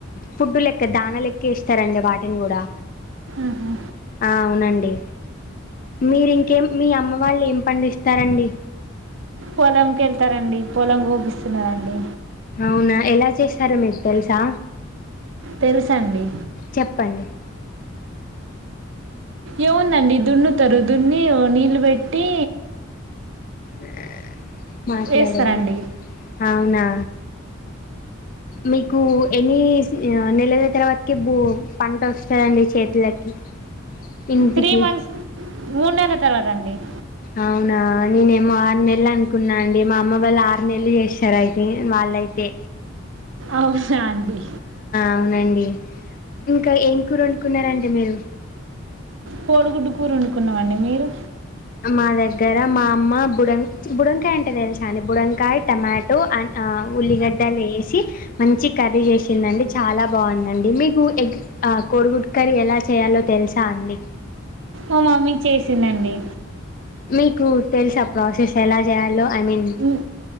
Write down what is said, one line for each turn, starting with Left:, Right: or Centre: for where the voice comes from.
Left: ఫుడ్డు లెక్క దానా లెక్క ఇస్తారండి వాటిని కూడా
Right: ఆహా.
Left: ఆ అవునండి మీరి ఇంకేం మీ అమ్మ వాళ్ళు ఏం పండిస్తారండి
Right: పొలంకి వెళ్తారండి పొలం కోపిస్తున్నారంండి
Left: అవునా ఎలా చేస్తారు మీకు తెలుసా
Right: తెలుస అండి
Left: చెప్పండి
Right: ఏవుందండి దున్నత్ తరుదున్ని ఓణీలు పెట్టి
Left: ఆ మాట్లాడండి
Right: వేస్తారండి
Left: అవునా మీకు ఎన్ని నెలల తర్వాతకి భూ పంట వస్తారంండి చేతులకి ఇంటికి
Right: త్రీ మంత్స్ మూడు <inaudible>
Left: అవునా నేనేమో ఆరు నెలలు అనుకున్నా అండి మా అమ్మ వాళ్ళు ఆరు నెలలు చేస్తారు అయితే వాళ్ళయితే
Right: అవునా అండి
Left: అవునండి ఇంకా ఏం కూర వండుకున్నార అండి మీరు
Right: కోడుగుడ్డు కూరు వండుకున్నా అండి మీరు
Left: మా దగ్గర మా అమ్మ బుడ బుడకాయ అంటే తెలిసండి బుడకాయ టమాటో అండ్ ఆ ఉల్లిగడ్డలు వేేసి మంచి కర్రీ చేసిందండి చాలా బాగుందండి మీకు ఎగ్ కోడిగుట్ కర్రీ ఎలా చేయాలో తెలుసా అండి
Right: ఓ మమ్మీ చేసిందండి
Left: మీకు తెలుసా ఆ ప్రాసెస్ ఎలా చేయాలో ఐ మీన్
Right: ఉమ్,